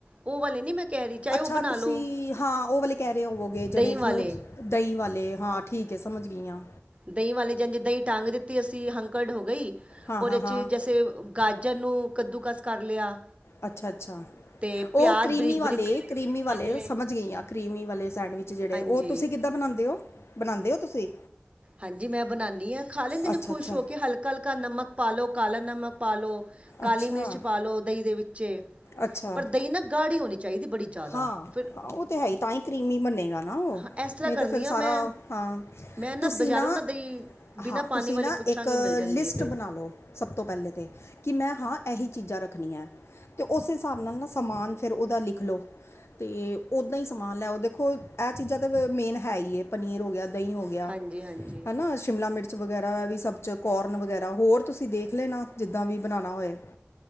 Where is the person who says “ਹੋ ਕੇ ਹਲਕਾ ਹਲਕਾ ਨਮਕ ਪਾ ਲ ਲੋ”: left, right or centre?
Right